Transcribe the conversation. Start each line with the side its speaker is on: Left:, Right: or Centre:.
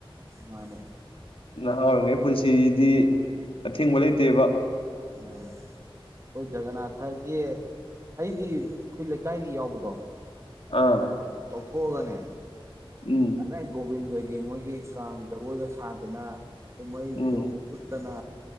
Right: ꯃꯥꯅꯦꯦ
Left: ꯅꯍꯥ ꯑꯣꯏꯔꯤꯉꯩ ꯄꯨꯟꯁꯤꯗꯤ ꯑꯊꯤꯡꯕ ꯂꯩꯇꯦꯕ
Right: ꯑꯥ ꯍꯣꯏ ꯖꯒꯅꯥꯊꯒꯦ ꯑꯩꯗꯤ ꯑꯩꯈꯣꯏ ꯂꯩꯀꯥꯏꯒꯤ ꯌꯥꯎꯕꯗꯣ ꯑ
Left: ꯑꯥ
Right: ꯇ ꯊꯣꯛꯒꯅꯦ
Left: ꯎꯝ
Right: ꯇꯔꯦꯒꯕꯤꯗ ꯍ ꯑꯗꯒꯤ ꯃꯣꯏꯒꯤ ꯀꯥꯡ ꯖꯒꯣꯏꯒ ꯁꯥꯗꯅ ꯀꯨꯝꯍꯩ
Left: ꯎꯝ
Right: ꯐꯤꯣꯡ ꯎꯠꯇꯅ